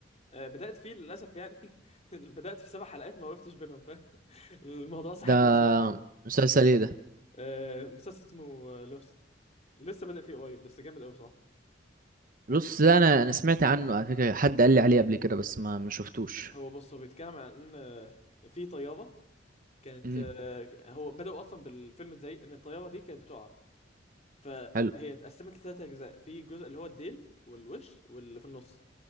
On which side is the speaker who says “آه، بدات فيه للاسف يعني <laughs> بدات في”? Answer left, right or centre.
Left